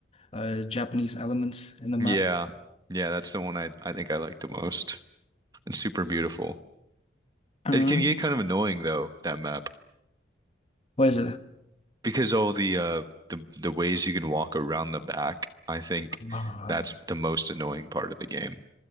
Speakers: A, on the left; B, on the right.
A: uh, Japanese elements in the map.
B: Yeah, yeah, that's the one I I think I like the most. It's super beautiful.
A: Mhm.
B: It can get kind of annoying though that map
A: What is
B: because all the uh the the ways you can walk around the back. I think
A: it?
B: that's the most annoying part of the game.